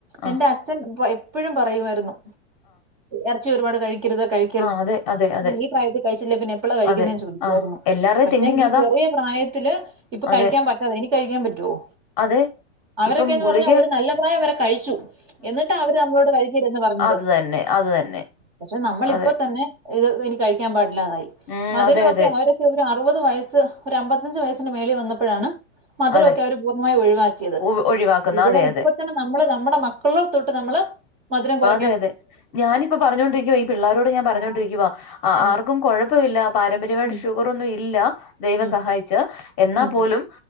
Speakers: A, on the left (about 20°); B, on the right (about 20°).
A: ആഹ്
B: എന്റെ അച്ഛൻ എപ്പോഴും പറയുമായിരുന്നു ഇറച്ചി ഒരുപാട് കഴിക്കരുത് കഴി
A: ആ അതെ അതെ അതെ
B: ഈ പ്രായത്തി കഴിച്ചില്ലേ പിന്നെ എപ്പളാ കഴിക്കുന്നന്ന്
A: അതെ
B: ചോദിക്കായിരുന്നു
A: ആ എല്ലാരുടെയും
B: പക്ഷെ
A: തിങ്കിങ്
B: ഈ
A: അതാ
B: ചെറിയ പ്രായത്തില് ഇപ്പൊ
A: അതെ
B: കഴിക്കാൻ പറ്റാതെ ഇനി കഴിക്കാൻ പറ്റുവോ
A: അതെ
B: അവരൊക്കെയന്ന്
A: ഇപ്പം ഗുളിക
B: പറഞ്ഞാൽ ഒരു നല്ലപ്രായം അവരെ കഴിച്ചു എന്നിട്ട് അവര് നമ്മളോട് കയിക്കരുത്പറഞ്ഞു
A: അത് തന്നെ അത് തന്നെ
B: പക്ഷെ നമ്മളിപ്പ
A: അതെ
B: തന്നെ ഇത് ഇനി കഴിക്കാൻ പാടില്ലാതായി
A: ഉം
B: മധുരമൊക്കെ
A: അതെ അതെ
B: ഓരോ ഒരു അറുപത് വയസ്സ്ഒരു അമ്പത്തഞ്ച്‌വയസിന്റെ മേളിൽ വന്നപ്പോഴാണ് മധുരമൊക്കെ
A: അതെ
B: അവര് പൂർണ്ണമായി ഒഴിവാക്കിയത്.
A: ഒ- ഒഴിവാക്കുന്ന
B: ത് ഇവിടെ
A: അതെ
B: ഇപ്പ
A: അതെ
B: തന്നെ നമ്മള് നമ്മുടെ മക്കള തൊട്ട് നമ്മള് മധുരം കുറ
A: അത അതെ ഞാനിപ്പോ പറഞ്ഞുകൊണ്ടിരിക്കുവ ഈ പിള്ളാരരോട് ഞാൻ പറഞ്ഞൊണ്ടിരിക്കുവാ
B: ആ.
A: ആ
B: ഉം.
A: ആർക്കും കൊഴപ്പമില്ല പാരമ്പര്യമായിട്ട്
B: ഉം.
A: ഷുഗറൊന്നും ഇല്ല ദൈവം
B: ഉം.
A: സഹായിച്ച് എന്നാ
B: ഉം.
A: പോലും